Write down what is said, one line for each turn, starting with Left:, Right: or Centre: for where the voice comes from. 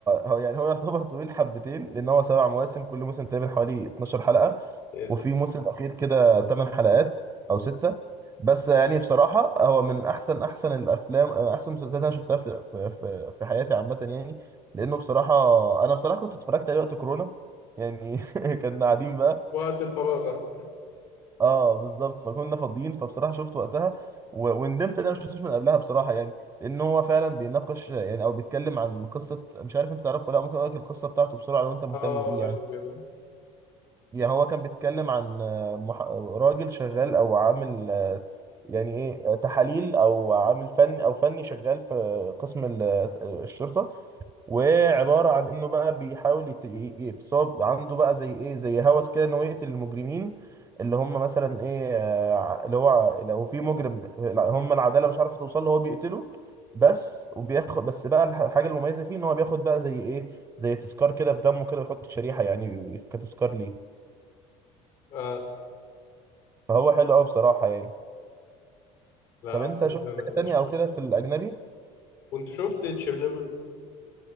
Right: هو يعني هو يعتبر طويل حبتين لأن هو سبع مواسم كل موسم تقريبا حوالي 12 حلقة
Left: يا سيدي
Right: وفي موسم أخير كده 8 حلقات أو 6 بس يعني بصراحة هو من أحسن أحسن الأفلام أحسن المسلسلات أنا شفتها في في في في حياتي عامة يعني لأنه بصراحة أنا بصراحة كنت اتفرجت عليه وقت كورونا يعني <laughs> كنا قاعدين بقى
Left: وقت الفراغ
Right: اه بالظبط فكنا فاضيين فبصراحه شفت وقتها و... وندمت ان انا ما شفتوش من قبلها بصراحه يعني لان هو فعلا بيناقش يعني او بيتكلم عن قصه مش عارف انت تعرفه ولا لأ، ممكن اقول لك القصه بتاعته بسرعه لو انت مهتم
Left: اه
Right: بيه
Left: ولا
Right: يعني
Left: كده
Right: يعني هو كان بيتكلم عن آه، مح... راجل شغال او عامل آه، يعني ايه آه، تحاليل او عامل فني او فني شغال في قسم ال- آه، الشرطه وعبارة عن انه بقى بيحاول يت... ي- ي- بس هو عنده بقى زي ايه زي هوس كده انه يقتل المجرمين اللي هم مثلا ايه آه، ع- اللي هو لو في مجرم هم العدالة مش عارفة توصل له هو بيقتله بس وبياخد بس بقى الح- الحاجة المميزة فيه ان هو بياخد بقى زي ايه زي تذكار كده في دمه كده ويحط شريحة يعني كتذكار ليه
Left: اه
Right: فهو حلو قوي بصراحة يعني
Left: لا
Right: طب انت
Left: ممكن
Right: شفت
Left: انا
Right: حاجة
Left: أبقى
Right: تانية
Left: أشوف.
Right: او كده في الأجنبي
Left: كنت شفت تشيرنوبل